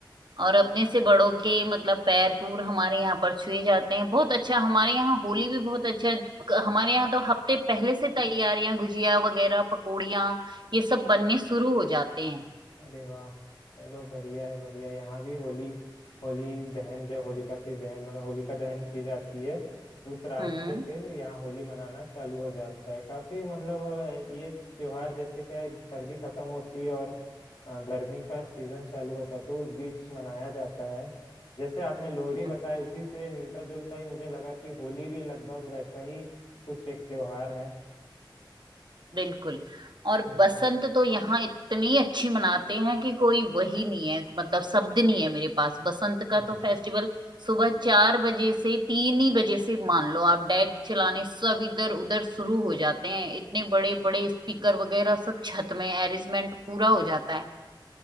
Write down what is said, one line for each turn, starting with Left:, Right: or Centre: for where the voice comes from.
Right: और अपने से बड़ों के मतलब पैर पूर हमारे यहाँ पर छुए जाते हैं बहुत अच्छा हमारे यहाँ होली भी बहुत अच्छा है। हमारे यहाँ तो हफ्ते पहले से तैयारियां गुजिया वगैरह पकौड़ियाँ ये सब बनने शुरू हो जाते हैं
Left: अरे वाह चलो बढ़िया है बढ़िया है। यहाँ भी होली होली दहन जब होलिका की दहन मतलब होलिका दहन की जाती है उस रात
Right: हम्म
Left: से फिर यहाँ होली मनाना चालू हो जाता है काफी मतलब अ, ये त्योहार जैसे क्या है सर्दी खत्म होती है और अ, गर्मी का सीजन चालू होता है तो उस बीच मनाया जाता है जैसे आपने लोहड़ी बताया
Right: हम्म।
Left: उसी से मिलता जुलता ही मुझे लगा कि होली भी लगभग वैसा ही कुछ एक त्योहार है
Right: बिल्कुल और
Left: जी
Right: बसंत तो यहाँ इतनी अच्छी मनाते हैं कि कोई वही नहीं है मतलब शब्द नहीं है मेरे पास बसंत
Left: अरे
Right: का तो फेस्टिवल सुबह चार बजे से तीन ही बजे से मान लो आप डेक चलाने सब इधर उधर शुरू हो जाते हैं इतने बड़े बड़े स्पीकर वगैरह सब छत में अरेंजमेंट पूरा हो जाता है